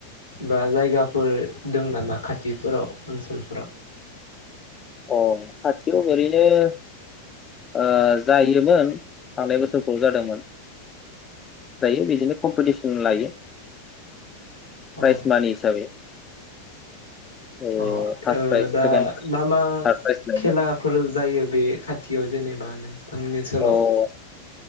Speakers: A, on the left (about 80°); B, on the left (about 25°).
A: बा जायगाफोर दं नामा खाथिफोराव ओनसोलफोराव?
B: अ खाथियाव ओरैनो ओ जायोमोन थांनाय बोसोरफ्राव जादोंमोन जायो बिदिनो कमपिटिसन लायो।
A: अ
B: प्राइज मानि हिसाबै। ओ
A: अ
B: फार्स्ट
A: ओ
B: प्राइज सेकेणड
A: दा मा मा मा
B: थार्द प्राइज मोनो
A: खेलाफोर जायो बे खाथियाव जेनेबा थांमोननि ओनसोलाव
B: अ